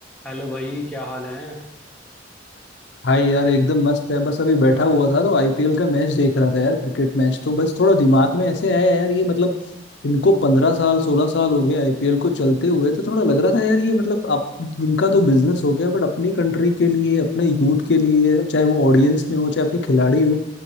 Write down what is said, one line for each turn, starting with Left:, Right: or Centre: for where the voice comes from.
Centre: हेलो भाई क्या हाल है
Left: भाई यार एकदम मस्त है बस अभी बैठा हुआ था तो आईपीएल का मैच देख रहा था यार क्रिकेट मैच तो बस थोड़ा दिमाग में ऐसे आया यार ये मतलब इनको पंद्रह साल सोलह साल हो गए आईपीएल को चलते हुए तो थोड़ा लग रहा था यार ये मतलब आप इनका तो बिजनेस हो गया बट अपनी कंट्री के लिए अपने यूथ के लिए चाहे वो ऑडियंस में हो चाहे अपने खिलाड़ी हो